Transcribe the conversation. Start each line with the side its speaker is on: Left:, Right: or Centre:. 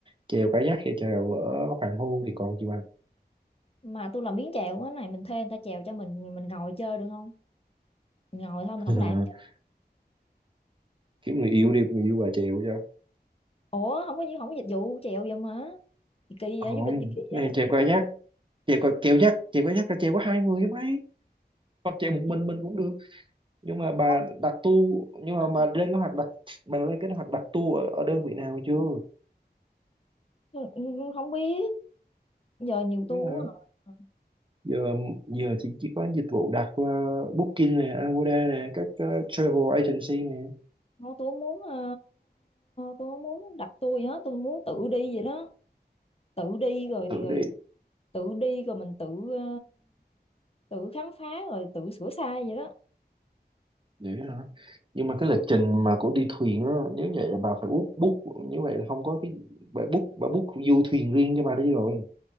Right: chèo cá giác hay chèo ở hoàng hôn thì còn gì bằng
Left: mà tôi làm biến chèo á này mình thuê người ta chèo cho mình mình ngồi chơi được không Mình ngồi thôi mình không
Right: Ừ. <laughs>
Left: làm chứ
Right: kiếm người yêu đi người yêu bà chèo cho
Left: ủa không có không có dịch vụ chèo vậy mà Gì kỳ
Right: không
Left: vậy du lịch gì kỳ vậy
Right: cái này
Left: đó
Right: chèo qua giác chèo qua chèo dắt chèo qua dắt là chèo có hai người chứ mấy hoặc chèo một mình
Left: Thì tôi
Right: mình cũng được nhưng mà bà
Left: nói
Right: đặt tu nhưng mà
Left: hả?
Right: mà lên kế hoạch đặt bà lên kế hoạch đặt tu ở, ở đơn vị nào chưa
Left: không không biết giờ nhiều
Right: Không
Left: tour
Right: Biết hả?
Left: á.
Right: giờ giờ thì chỉ có dịch vụ đặt qua Booking này Agoda này các ờ, travel agency này
Left: không tôi không muốn ờ, tôi không muốn đặt tour gì hết tôi muốn tự đi vậy đó tự đi rồi
Right: tự
Left: rồi
Right: đi
Left: tự đi rồi mình tự ờ, tự khám phá rồi tự sửa sai vậy đó
Right: vậy hả nhưng mà cái lịch trình mà của đi thuyền á nếu vậy là bà phải book book như vậy là không có cái bà book bà book du thuyền riêng cho bà đi rồi